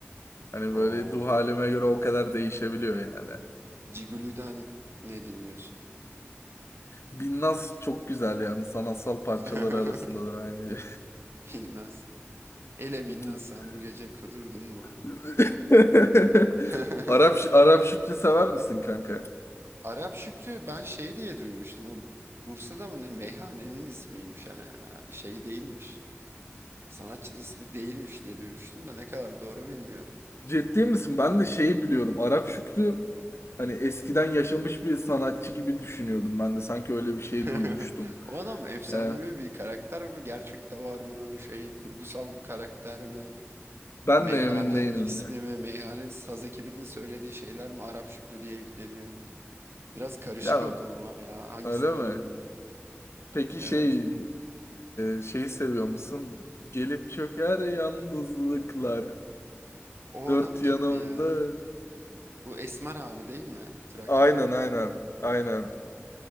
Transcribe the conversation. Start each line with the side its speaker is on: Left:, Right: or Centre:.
Left: Hani
Right: O
Left: böyle ruh halime göre o kadar değişebiliyor yani.
Right: Ciguli'den ne dinliyorsun?
Left: Binnaz çok güzel yani sanatsal parçaları
Right: <laughs>
Left: arasındadır aynı.
Right: Binnaz. Hele
Left: <laughs>
Right: Binnaz sen bu gece kudurdun mu?
Left: <laughs>
Right: <laughs>
Left: Arap Arap Şükrü sever misin kanka?
Right: Arap Şükrü ben şey diye duymuştum. O Bu- Bursa'da mı ne meyhanenin ismiymiş hani e, şey değilmiş. Sanatçının ismi değilmiş diye duymuştum da ne kadar doğru bilmiyorum.
Left: Ciddi misin? Ben de şeyi biliyorum. Arap Şükrü hani eskiden yaşamış bir sanatçı gibi düşünüyordum ben de. Sanki öyle bir şey
Right: <laughs>
Left: duymuştum.
Right: O adam efsanevi
Left: Ee,
Right: bir karakter mi? Gerçekte var mı? Şey kurgusal bir karakter mi?
Left: ben
Right: Meyhanenin
Left: de emin değilim
Right: ismi
Left: ya.
Right: mi? Meyhanenin saz ekibinin söylediği şeyler mi? Arap Şükrü diye yükleniyor. Biraz karışık
Left: Ya
Right: o konular ya. Hangisi
Left: öyle
Right: doğru
Left: mi?
Right: bilmiyorum.
Left: Peki şey
Right: Evet.
Left: e, şeyi seviyor musun? Gelip çöker yalnızlıklar.
Right: O
Left: Dört
Right: adam kimdi
Left: yanımda.
Right: ya? Bu Esmer abi değil mi? Trakyalı.
Left: Aynen aynen. Aynen.